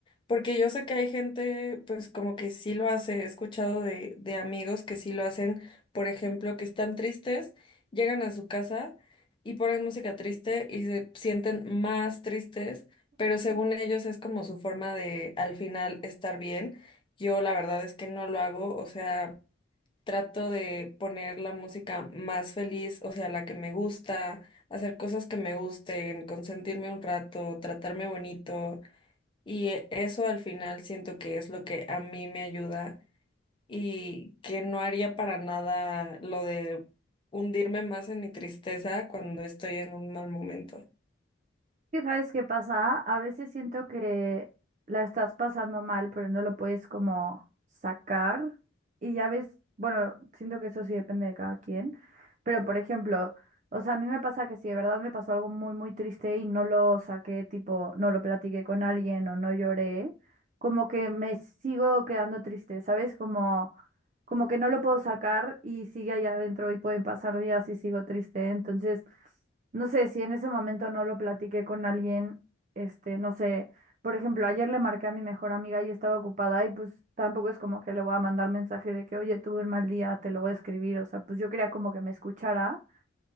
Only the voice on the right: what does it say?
que sabes qué pasa? A veces siento que la estás pasando mal, pero no lo puedes como sacar. Y ya ves, bueno, siento que eso sí depende de cada quien. Pero por ejemplo, o sea, a mí me pasa que si de verdad me pasó algo muy, muy triste y no lo saqué, tipo, no lo platiqué con alguien o no lloré, como que me sigo quedando triste, ¿sabes? Como, como que no lo puedo sacar y sigue allá adentro y pueden pasar días y sigo triste. Entonces... No sé si en ese momento no lo platiqué con alguien, este, no sé, por ejemplo, ayer le marqué a mi mejor amiga y estaba ocupada y pues tampoco es como que le voy a mandar mensaje de que, oye, tuve un mal día, te lo voy a escribir, o sea, pues yo quería como que me escuchara.